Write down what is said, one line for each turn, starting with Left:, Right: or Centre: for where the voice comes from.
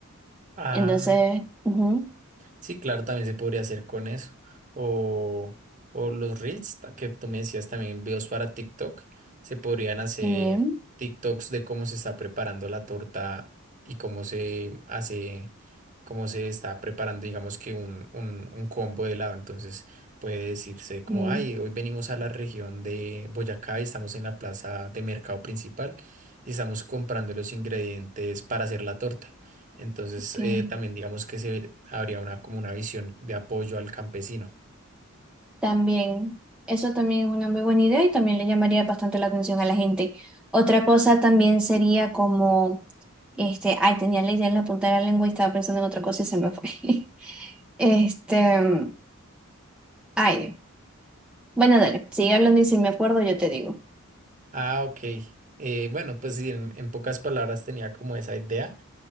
Right: Ah.
Centre: entonces, ujú,
Right: Sí, claro, también se podría hacer con eso. O, o los reels ta- que tú me decías también, videos para TikTok, se podrían hacer
Centre: también,
Right: TikToks de cómo se está preparando la torta y cómo se hace, cómo se está preparando, digamos que un, un, un combo de helado. Entonces puede decirse como,
Centre: sí,
Right: ay, hoy venimos a la región de Boyacá y estamos en la plaza de mercado principal y estamos comprando los ingredientes para hacer la torta. Entonces,
Centre: ok.
Right: eh, también digamos que se, habría una, como una visión de apoyo al campesino.
Centre: También, eso también es una muy buena idea y también le llamaría bastante la atención a la gente. Otra cosa también sería como, este, ay, tenía la idea en la punta de la lengua y estaba pensando en otra cosa y se me fue. <laughs> Este, ay, Dios. bueno, dale, sigue hablando y si me acuerdo yo te digo.
Right: Ah, ok. Eh, bueno, pues sí, en, en pocas palabras tenía como esa idea.